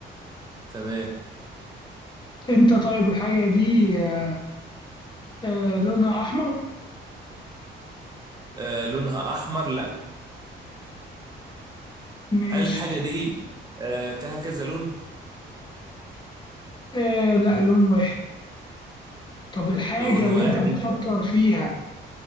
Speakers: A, on the right; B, on the left.
A: تمام
B: أنت طيب الحاجة دي آه، آه، لونها أحمر
A: آه لونها أحمر؟ لا
B: ماشي
A: هل الحاجة دي آه فيها كذا لون؟
B: آه لا لون واحد طب الحاجة
A: لون واحد
B: اللي أنت بتفكر فيها